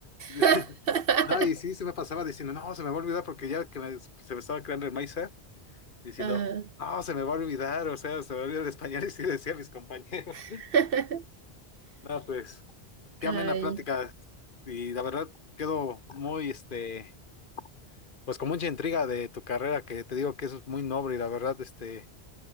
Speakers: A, on the left; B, on the right.
A: <laughs>
B: <laughs>
A: No, y sí, se me pasaba diciendo, no, se me va a olvidar porque ya que me- se me estaba creando el mindset, diciendo,
B: Ah.
A: no, se me va a olvidar, o sea, se me olvida el español, <laughs> y sí decía a mis compañeros.
B: <laughs>
A: No, pues, qué
B: Ay.
A: amena plática, y la verdad quedo muy, este Pues con mucha intriga de tu carrera, que te digo que es muy noble y la verdad, este,